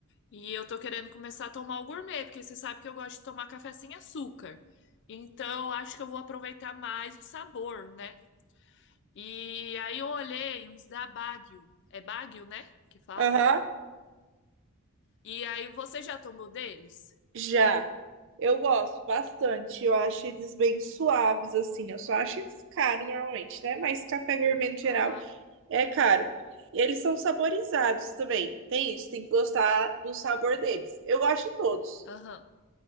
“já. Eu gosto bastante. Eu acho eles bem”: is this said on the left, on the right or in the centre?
Right